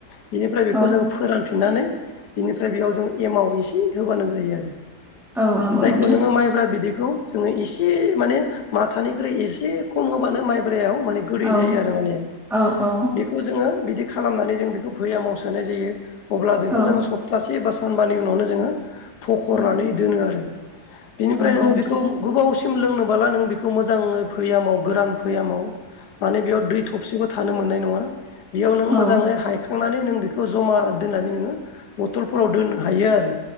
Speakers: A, on the left; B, in the centre.
A: बिनिफ्राय बेखौ
B: औ
A: जोङो फोरानफि फिननानै बिनिफ्राय बेयाव जों एमाव एसे होबानो जायो आरो
B: औ नंगौ
A: जायखौ
B: नोंथां
A: नोङो माइब्रा बिदि बेखौ जोङो एसे माने माथानिख्रुइ एसे खम होबानो माइब्रायाव गोदै
B: औ
A: जायो आरो माने
B: औ औ
A: बेखौ जोङो बिदि खालामनानै जों बेखौ फैयामाव सोनाय जायो अब्ला बेखौ
B: औ
A: जोङो सप्तासे बा सानबानि उनावनो जोङो फखरनानै
B: औ
A: दोनो आरो बिनिफ्राय नोङो
B: नंगौ नोंथां
A: बेखौ
B: औ
A: गोबाव लोंनो नों बेखौ मो फैय गोरान फैयाव माने बेयाव दै थबसेबो थ थानो मोननाय नङा बेयाव नोङो
B: औ
A: मोजाङै हाइ खांनानै नों बेखौ जमा दोननानै नोङो बथलफोराव दोननो हायो आरो